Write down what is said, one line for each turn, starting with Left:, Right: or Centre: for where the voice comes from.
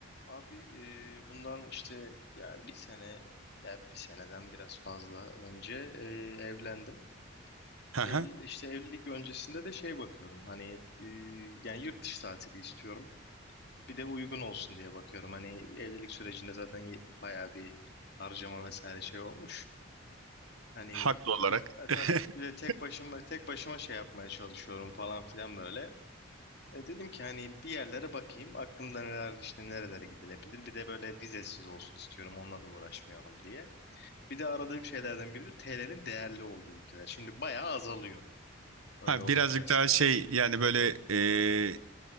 Left: Abi e, bundan işte yani bir sene yani bir seneden biraz fazla önce e, evlendim.
Right: Hı
Left: Evli,
Right: hı.
Left: işte evlilik öncesinde de şey bakıyorum hani e, yani yurt dışı tatili istiyorum. Bir de uygun olsun diye bakıyorum. Hani evlilik sürecinde zaten y- bayağı bir harcama vesaire şey olmuş. Hani
Right: Haklı olarak.
Left: e,
Right: <laughs>
Left: tabii bir de tek başıma tek başıma şey yapmaya çalışıyorum falan filan böyle. E, dedim ki hani bir yerlere bakayım. Aklımda neler işte nerelere gidilebilir. Bir de böyle vizesiz olsun istiyorum. Onunla da uğraşmayalım diye. Bir de aradığım şeylerden biri de TL'nin değerli olduğu ülkeler. Şimdi bayağı azalıyor öyle
Right: Ha,
Left: olunca.
Right: birazcık daha şey yani böyle e, e,